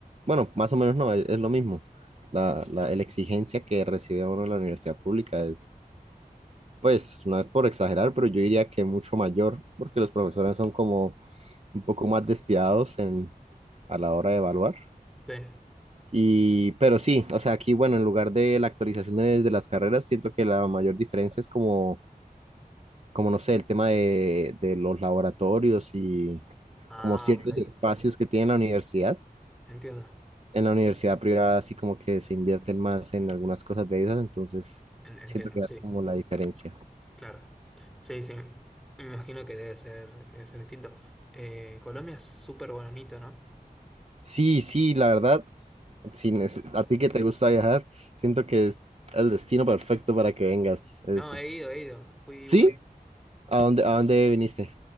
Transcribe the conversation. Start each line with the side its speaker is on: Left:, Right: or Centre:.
Right: bueno, más o menos no, es, es lo mismo. La, la, la exigencia que recibe uno en la universidad pública Pues, no es por exagerar, pero yo diría que mucho mayor, porque los profesores son como un poco más despiadados en, a la hora de evaluar.
Centre: Sí.
Right: Y, pero sí, o sea, aquí, bueno, en lugar de la actualización de, de las carreras, siento que la mayor diferencia es como, como no sé, el tema de, de los laboratorios y
Centre: Ah,
Right: como ciertos
Centre: ok.
Right: espacios que tiene la universidad.
Centre: Entiendo.
Right: En la universidad privada, así como que se invierten más en algunas cosas de esas, entonces
Centre: En- entiendo,
Right: siento que es
Centre: sí.
Right: como la diferencia.
Centre: Claro. Sí, sí. Me imagino que debe ser, que debe ser distinto. Eh, Colombia es súper bonito, ¿no?
Right: Sí, sí, la verdad. si nece- a ti que te gusta viajar, siento que es el destino perfecto para que vengas. Es,
Centre: No, he ido, he ido. Fui
Right: ¿sí?
Centre: un mes.
Right: ¿A dónde, a dónde viniste?